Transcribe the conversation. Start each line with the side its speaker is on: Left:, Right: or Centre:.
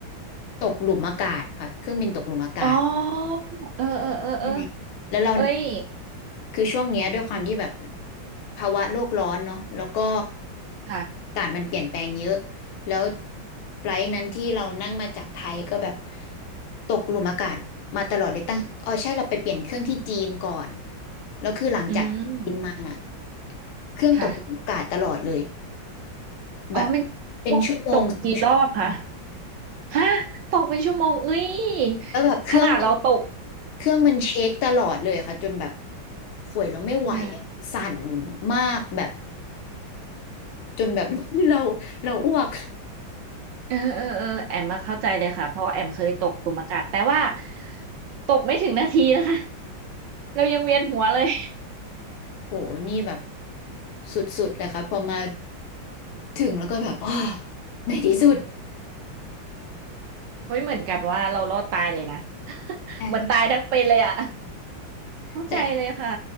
Left: ตกหลุมอากาศค่ะเครื่องบินตกหลุมอากาศ
Right: อ๋อ เออเออเออเออ
Left: ใช่แล้วเรา
Right: เอ้ย
Left: คือช่วงเนี้ยด้วยความที่แบบภาวะโลกร้อนเนาะแล้วก็
Right: ค่ะ
Left: อากาศมันเปลี่ยนแปลงเยอะแล้วไฟลท์นั้นที่เรานั่งมาจากไทยก็แบบตกหลุมอากาศมาตลอดเลยตั้งอ๋อใช่เราไปเปลี่ยนเครื่องที่จีนก่อนแล้วคือหลังจากจีนมาอะ
Right: อืม
Left: เครื่องตกหลุมอากาศตลอดเลย
Right: ค่ะ
Left: แบบ
Right: อ๋อมันตกตกกี่รอบคะ
Left: เป็นชั่วโมงสองชั่วโมง
Right: ฮะตกเป็นชั่วโมงเอ้ย
Left: แล้วแบบเครื่องมัน
Right: ขนาดเราตก
Left: เครื่องมันเช็คตลอดเลยค่ะจนแบบข่วยเราไม่ไหวอะสั่น
Right: อืม
Left: มากแบบจนแบบ <laughs> เราเราอ้วก
Right: เออเออเออแอมมาเข้าใจเลยค่ะเพราะว่าแอมเคยตกตุ่มอากาศแต่ว่าตกไม่ถึงนาทีนะคะ <laughs> เรายังเวียนหัวเลย
Left: โหนี่แบบสุดๆเลยครับพอมาถึงแล้วก็แบบอ๋อในที่สุด
Right: <laughs> เฮ้ยเหมือนกับว่าเรารอดตายเลยนะ <laughs>
Left: ใช่
Right: เหมือนตายทั้งเป็นเลยอ่ะเข้าใจเลยค่ะ
Left: แต่